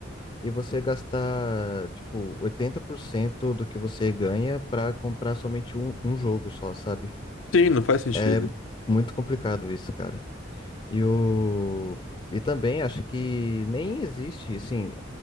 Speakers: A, on the left; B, on the left.
A: e você gastar, tipo, 80% do que você ganha para comprar somente um, um jogo só, sabe?
B: Sim, não faz sentido.
A: É muito complicado isso, cara. E o... E também acho que nem existe, assim,